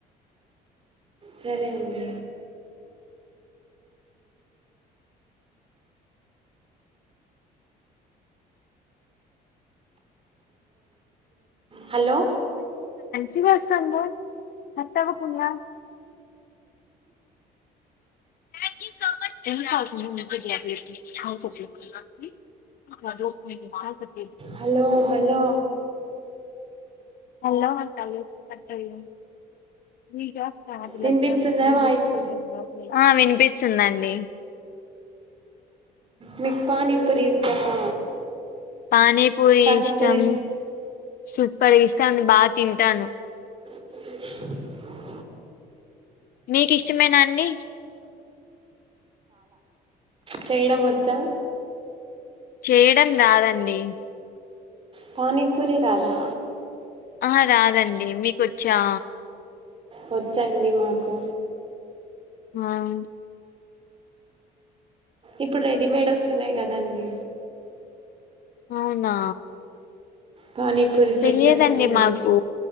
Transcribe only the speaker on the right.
సరే అండి హలో
హలో హలో
వినిపిస్తుందా వాయిస్
మీకు పానీ పురి ఇష్టమా
పానీపూరి
బ్లాంక్
చేయడం వచ్చా
పానీపురి రాధా
వచ్చండి మాకు
ఇప్పుడు రెడీమేడ్ వస్తున్నాయి కదండి.
పానీపూరి సెట్
వస్తుంది